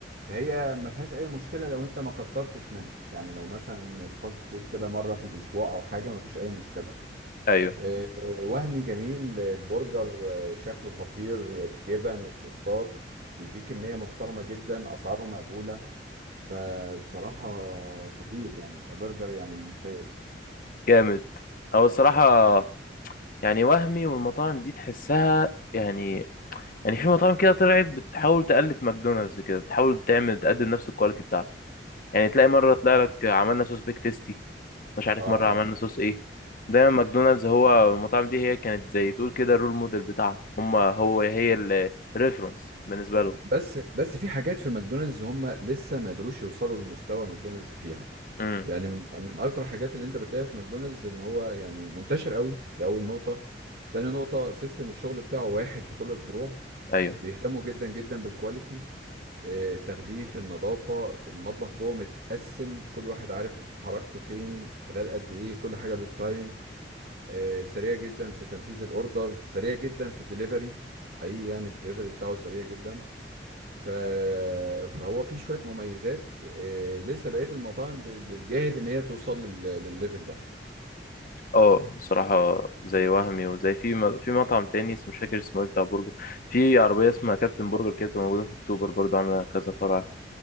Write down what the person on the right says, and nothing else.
فهي ما فيهاش اي مشكلة لو انت ما كترتش منها يعني لو مثلا الفاست فود كده مرة في الاسبوع او حاجة ما فيش اي مشكلة
آه، وهمي جميل البرجر آه، شكله خطير الجبن الصوصات بيديك كمية محترمة جدا اسعاره مقبولة فبصراحة خطير يعني كبرجر يعني ممتاز
اه
اه آه.
بس بس في حاجات في ماكدونالدز هم لسه ما قدروش يوصلوا لمستوى ماكدونالدز فيها
يعني من من اكتر الحاجات اللي انت بتلاقيها في ماكدونالدز ان هو يعني منتشر قوي ده اول نقطة تاني نقطة سيستم الشغل بتاعه واحد في كل الفروع
بيهتموا جدا جدا بالكواليتي آه، التغليف النظافة المطبخ جوه متقسم كل واحد عارف حركته فين خلال قد ايه كل حاجة بالتايم آه، سريع جدا في تنفيذ الاوردر سريع جدا في الدليفري حقيقي يعني في الدليفري بتاعه سريع جدا ف... فهو فيه شوية مميزات آه، لسه بقية المطاعم بت- بتجاهد ان هي توصل لل... للليفل ده